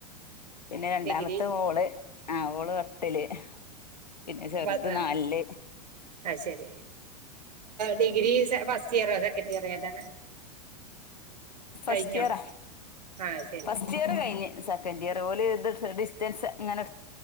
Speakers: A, on the left; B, on the right.
A: പിന്നെ രണ്ടാമത്തെ
B: ഡിഗ്രി
A: മോള് ആ ഓള് പത്തില് പിന്നെ ചെറുത്
B: പോര്നാ
A: നാലില്
B: അത്ശരി ഡിഗ്രീ ഫസ്റ്റിയറൊ സെക്കന്റിയറോ ഏതാണ്
A: ഫസ്റ്റ്
B: കഴിഞ്ഞോ
A: ഇയറ
B: ആഹ് ശരി
A: ഫസ്റ്റ് ഇയർ കഴിഞ്ഞ് സെക്കൻഡ് ഇയർ പോലെ ഇത് ഡിസ്റ്റൻസ് അങ്ങനെട്